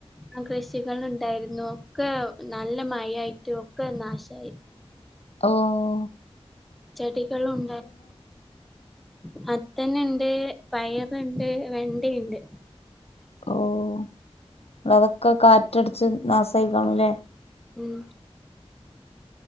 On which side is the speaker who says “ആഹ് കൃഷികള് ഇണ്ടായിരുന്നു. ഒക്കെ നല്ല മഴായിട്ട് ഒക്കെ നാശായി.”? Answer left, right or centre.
Centre